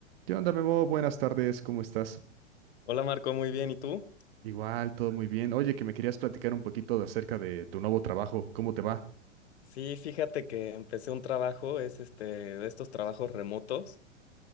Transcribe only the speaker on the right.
¿Qué onda, Memo? Buenas tardes, ¿cómo estás?
Igual, todo muy bien. Oye, que me querías platicar un poquito de acerca de tu nuevo trabajo, ¿cómo te va?